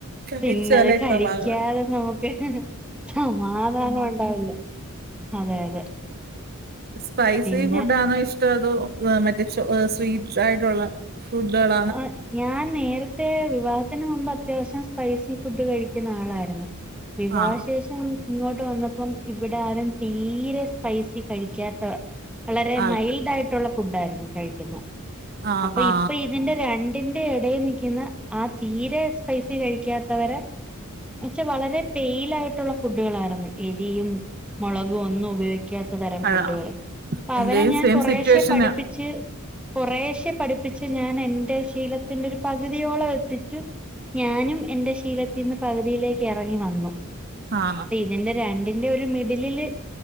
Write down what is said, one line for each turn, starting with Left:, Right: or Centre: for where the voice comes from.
Right: കഴിച്ചാലേ
Centre: പിന്നത് കഴിക്കാതെ
Right: സമാധാനം
Centre: നമുക്ക് ഹ് ഹ് സമാധാനം ഒണ്ടാവില്ല അതെ അതെ
Right: സ്പൈസി
Centre: പിന്നെ
Right: ഫുഡാണോ ഇഷ്ടോ അതോ മറ്റേ ചോ സ്വീറ്റ് ആയിട്ടൊള്ള ഫുഡുകള
Centre: ആ ഞാൻ നേര ത്തെ വിവാഹത്തിന് മുമ്പ് അത്യാവശ്യം സ്പൈസി ഫുഡ് കഴിക്കുന്ന ആളായിരുന്നു വിവാഹ
Right: ആ
Centre: ശേഷം ഇങ്ങോട്ട് വന്നപ്പം ഇവിടെ ആരും തീരെ സ്പൈസി കഴിക്കാത്ത വളരെ
Right: ആൾക്ക്
Centre: മൈൽഡ് ആയിട്ടുള്ള ഫുഡ ആായിരുന്നു കഴിക്കെന്നെ
Right: ആ
Centre: അപ്പൊ
Right: ആ
Centre: ഇപ്പൊ ഈ ഇതിന്റെ രണ്ടിന്റെ എടെ നിയ്ക്ന്നെ ആ തീരെ സ്പൈസി കഴിക്കാത്തവരെ പക്ഷെ വളരെ പെയിലായിട്ടുള്ള ഫുഡുകളായിരുന്നു എരിയും മൊളകും ഒന്നും ഉപയോഗി ക്കാത്ത തരം
Right: അഴ
Centre: ഫുഡുകള് അപ്പൊ
Right: എന്റെയും
Centre: അവരെ ഞാൻ
Right: സെയിം
Centre: കൊറശെ
Right: സിറ്റുവേഷനാ
Centre: പഠിപ്പിച്ച് കൊറേശെ പഠിപ്പിച്ച് ഞാൻ എന്റെ ശീലത്തിന്റെ ഒരു പകുതിയോളം എത്തിച്ച് ഞാനും എന്റെ ശീലത്തിന്ന് പകുതിയിലേക്ക് എറങ്ങി വന്നു
Right: ആ
Centre: പിന്നെ ന്റെ രണ്ട് എന്റെ ഒരു മിഡിലില്